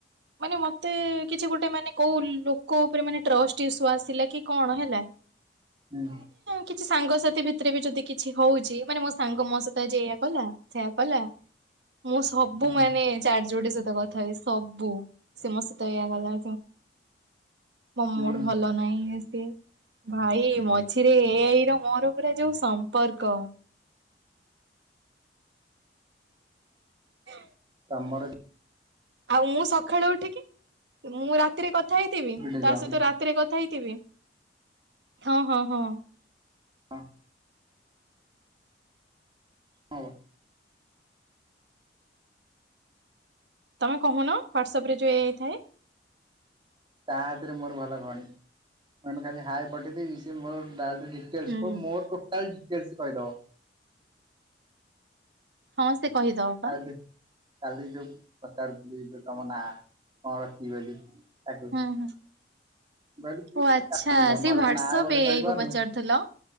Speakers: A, on the right (about 70°); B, on the right (about 30°).
A: ମାନେ ମତେ କିଛି ଗୋଟେ ମାନେ କୋଉ ଲୋକ ଉପରେ ମାନେ ଟ୍ରଷ୍ଟ ଇସୁ ଆସିଲା କି କଣ ହେଲା ହ
B: ହୁଁ।
A: କିଛି ସାଙ୍ଗସାଥି ଭିତରେ ବି ଯଦି କିଛି ହଉଛି ମାନେ ମୋ ସାଙ୍ଗ ମୋ ସହିତ ଆଜି ଏଇଆ କଲା ସେୟଆ କଲା ମୁଁ ସବୁ
B: ହୁଁ
A: ମାନେ ଚାରଜୋଟେ ସହିତ କଥା ଏ ସବୁ ସେ ମ ସତ ଏଇଆ ଗଲା ମୋ ମୁଠୁ
B: ହୁଁ
A: ଭଲ ନହିଁ ଭାଇ ମଝିରେ ଏଆଇ ର ମୋର ପୁରା ଯୋଉ ସମ୍ପର୍କ ହଁ।
B: ଆମର
A: ଆଉ ମୁଁ ସକାଳ ଉଠିକି ମୁଁ ରାତିରେ କଥା ହେଇଥିବି
B: ହ୍ୟାଲୋ
A: ତା ସହିତ ଥିରେ କଥା ହେଇଥିବେ ହଁ ହଁ ହଁ।
B: ହଁ। ହଉ।
A: ତମେ କହୁନ ହ୍ୱାଟସପ ରେ ଯଉ ହେଇଥାଏ।
B: ତା ହାତରେ ମୋର ଭଲ ଭଉଣୀ ମ ଖାଲି ହାଇ ପଠେଇଦବି ସି ମୋର ଡିଲ
A: ହୁଁ
B: ମୋର ଟୋଟାଲ ଡିଟେଲସ କହିଦବ।
A: ହଁ ସେ କହିଦବ
B: କାଲି
A: ବା।
B: କାଲି ଯୋଉ ପଚାରୁଥିଲି ଯଉ ତମ ନାଁ କଣ ରଖିବି ବୋଲି ତାକୁ
A: ହୁଁ ହୁଁ
B: କହିଲି ତୁ
A: ଓ ଆଚ୍ଛା
B: କ
A: ସେଇ
B: ଭଲ
A: ହ୍ୱାଟସଆପ
B: ନା ଗୋଟେ
A: ଏଆଇ
B: କପାରୁନୁ
A: କୁ ପଚାରୁଥିଲ